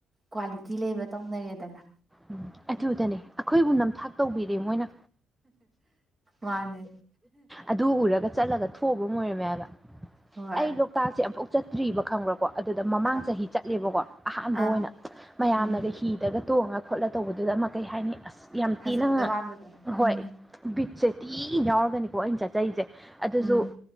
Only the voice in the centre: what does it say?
ꯎꯝ ꯑꯗꯨ ꯑꯗꯨ ꯑꯣꯏꯗꯅꯦ ꯑꯩꯈꯣꯏꯕꯨ ꯅꯝꯊꯥꯛ ꯇꯧꯕꯤꯔꯦ ꯃꯣꯏꯅ
ꯑꯗꯨ ꯎꯔꯒ ꯆꯠꯂꯒ ꯊꯣꯛꯕꯝ ꯑꯣꯏꯔꯝꯃꯦꯕ
ꯑꯩ ꯂꯣꯛꯇꯥꯛꯁꯦ ꯑꯃꯐꯧ ꯆꯠꯇ꯭ꯔꯤꯕ ꯈꯪꯕ꯭ꯔꯀꯣ ꯑꯗꯨꯗ ꯃꯃꯥꯡ
ꯆꯍꯤ ꯆꯠꯂꯦꯕꯀꯣ ꯑꯍꯥꯟꯕ
ꯑꯣꯏꯅ ꯃꯌꯥꯝꯅꯒ
ꯍꯤꯗꯒ ꯇꯣꯡꯉꯒ ꯈꯣꯠꯂ ꯇꯧꯕꯗꯨꯗ ꯑꯃ ꯀꯩ ꯍꯥꯏꯅꯤ ꯑꯁ ꯌꯥꯝ
ꯊꯤꯅ
ꯍꯣꯏ
ꯕꯤꯠꯁꯦ ꯊꯤꯅ ꯌꯥꯎꯔꯒꯅꯤꯀꯣ ꯑꯩꯅ ꯆꯠꯆꯔꯤꯁꯦ ꯑꯗꯨꯁꯨ